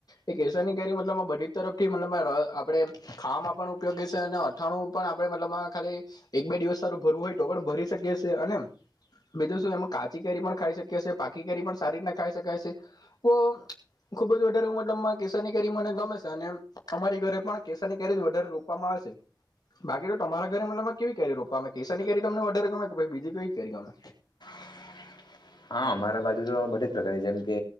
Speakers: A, on the left; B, on the left.
A: એ કેસરની કેરી મતલબ બધી જ તરફ થી મતલબ આપણે ખાવામાં પણ ઉપયોગી છે અઠાણું પણ આપડે મતલબમાં ખાલી એક બે દિવસ સારું ભરવું હોય તો પણ ભરી શકીએ છે અને બીજું શું એમાં કાચી કેરી પણ ખાઈ શકીએ છે પાકી કેરી પણ સારી રીતના ખાઈ શકાય છે તો ખુબ જ વધારે મતલબમાં કેસરની કેરી મને ગમે છે અને અમારી ઘરે પણ કેસર ની કેરી જ વધારે રો પવામાં આવે છે બાકી તો તમારા ઘરે મતલબ મા કેવી કેરી રોપવામા કેસાની કેરી તમને ઓર ગમે કે બીજી કેવી કેરી ગમે
B: હમ <inaudible> હા અમારા બાજુ તો બધી જ પ્રકારની જેમ કે